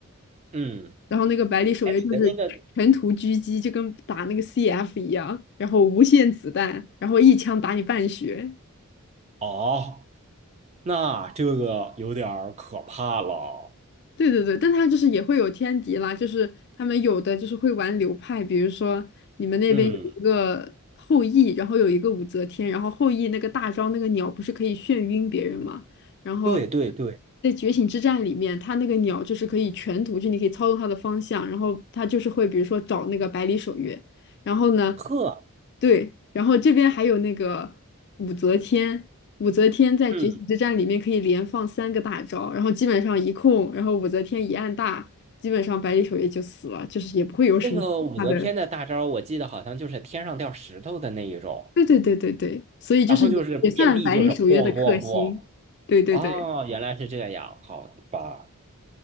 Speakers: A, on the right; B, on the left.
A: 嗯。
B: 然后那个百里守约就是全图狙击，
A: 海里的那个，
B: 就跟打那个 CF 一样，然后无限子弹，然后一枪打你半血。
A: 哦，那这个有点儿可怕了。
B: 对对对，但他就是也会有天敌啦，就是他们有的就是会玩流派，比如说你们那边有一个后羿，
A: 嗯，
B: 然后有一个武则天，然后后羿那个大招那个鸟不是可以眩晕别人吗？然后
A: 对对对，
B: 在觉醒之战里面，他那个鸟就是可以全图，就你可以操纵它的方向，然后他就是会比如说找那个百里守约。然后呢，
A: 呵，
B: 对，然后这边还有那个武则天，武则天在觉醒之战里面可以连放三个大招，
A: 嗯，
B: 然后基本上一控，然后武则天一按大，基本上百里守约就死了，就是也不会有什么大的。
A: 那个武则天的大招，我记得好像就是天上掉石头的那一种，
B: 对对对对对，所以就是也也算百里守约的克星。
A: 然后就是遍地就是咣咣咣。
B: 对对对，
A: 哦，原来是这样，好的吧。